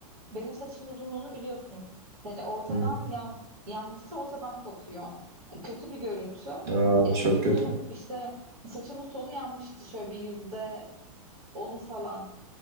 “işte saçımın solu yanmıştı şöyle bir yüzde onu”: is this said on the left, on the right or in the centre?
Right